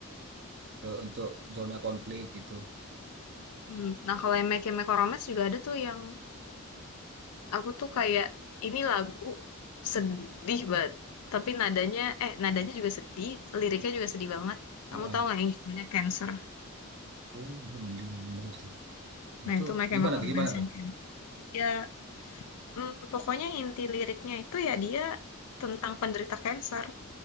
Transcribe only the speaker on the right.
ke untuk zona konflik gitu.
Heeh.
Oh, belum belum belum dengar sih. Nah,
itu
gimana tuh?
Gimana
tuh?